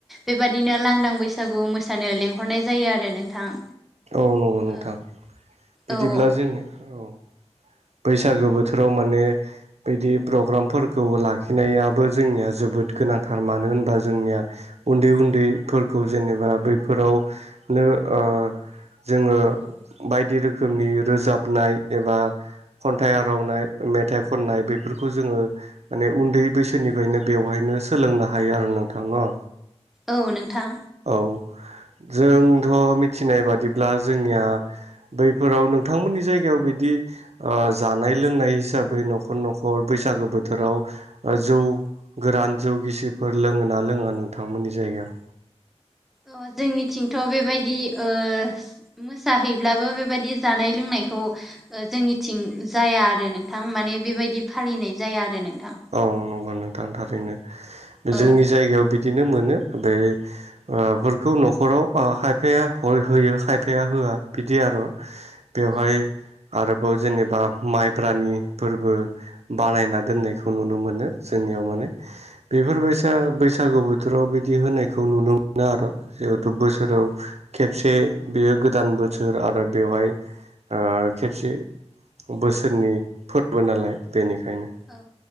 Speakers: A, in the centre; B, on the right (about 70°).
A: बेबादिनो लांदां बैसागु मोसानो लेंंहरनाय जायो आरो नोंथां
B: <unintelligible> नोंथां
A: औ
B: बिदिब्ला
A: औ
B: जों औ बैसागो बोथोराव माने बिदि प्रग्रामफोरखौ लाखिनायाबो जोंनिया जोबोद गोनांथार मानो होनबा जोंनिया उन्दै उन्दैफोरखौ जेनेबा बैफोरावनो ओ जोङो बायदि रोखोमनि रोजाबनाय एबा खन्थाइ आरावनाय मेथाइ खननाय बेफोरखौ जोङो माने उन्दै बैसोनिफ्रायनो बेवहायनो सोलोंनो हायो आरो नोंथां न
A: औ नोंथां
B: औ जोंथ'
A: औ
B: मिथिनाय बादिब्ला जोंनिया बैफोराव नोंथांमोननि जायगायाव बिदि जानाय लोंनाय हिसाबै न'खर न'खर बैसागो बोथोराव ओ जौ गोरान जौ गिसिफोर लोङो ना लोङा नोंथांमोननि जायगायाव?
A: अ जोंनिथिंथ' बेबायदि ओ मोसाहैब्लाबो बेबायदि जानाय लोंनायखौ ओ जोंनिथिं जाया आरो नोंथां माने बेबायदि फालिनाय जाया आरो नोंथां।
B: औ नंगौ नोंथां थारैनो।
A: औ
B: बे जोंनि जायगायाव बिदिनो मोनो बे ओ फोरखौ न'खराव खायफाया होयो खायफाया होआ बिदि आर'। बेवहाय
A: औ
B: आरोबाव जेनेबा माइब्रानि फोरबो बानायना दोननायखौ नुनो मोनो जोंनियाव माने बेफोरबायसा बैसागु बोथोराव बिदि होनायखौ नुनो मोनो आरो जिहेथु बोसोराव
A: औ
B: खेबसे बेयो गोदान बोसोर आरो बेवहाय ओ खेबसे बोसोरनि फोर्बो नालाय बेनिखायनो।
A: औ